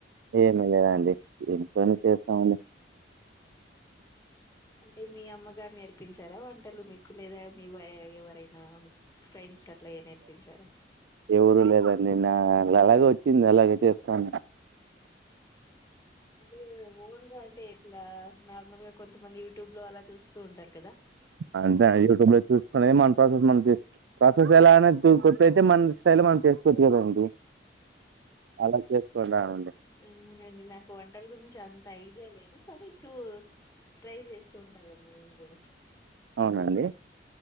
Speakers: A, on the right; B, on the left.
A: ఏమి లేదండి ఇంట్లోనే చేస్తామండి
B: అంటే మీ అమ్మగారు నేర్పించారా వంటలు మీకు లేదా మీ వ ఎవరైనా ఫ్రెండ్స్ అట్లా నేర్పించారా
A: ఎవరు లేరండి నా అలాగే వచ్చింది అలాగే చేస్తాను
B: అదే ఓన్గా అంటే ఎట్లా నార్మల్ గా కొంతమంది యూట్యూబ్ లో అలా చూస్తూ ఉంటారు కదా
A: అంతే యూట్యూబ్ లో చూసుకునేది మన ప్రాసెస్ మనం ప్రాసెస్ ఎలా అనే కొత్తైతే మన స్టైల్ మనం చేసుకోవచ్చు కదండి అలా చేసుకుంటానండి
B: ఏమోనండి నాకు వంటల్ గురించి అంత ఐడియా లేదు కానీ చు ట్రై చేస్తూ ఉంట గద్ నెన్ గుడ
A: అవునండి